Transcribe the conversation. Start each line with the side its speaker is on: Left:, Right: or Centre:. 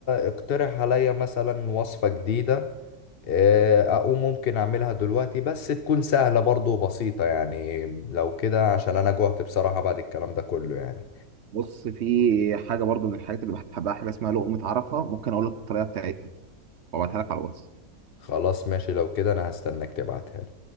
Left: اقترح عليا مثلا وصفة جديدة آه، اقوم ممكن اعملها دلوقتي بس تكون سهلة برضو وبسيطة يعني لو كده عشان انا جوعت بصراحة بعد الكلام ده كله يعني
Right: بص في حاجه برضو من الحاجات اللي بحبها حاجه اسمها لقمه عرفه ممكن اقول لك الطريقه بتاعتها وابعتها لك على الواتس
Left: خلاص ماشي لو كده انا هستناك تبعتها لي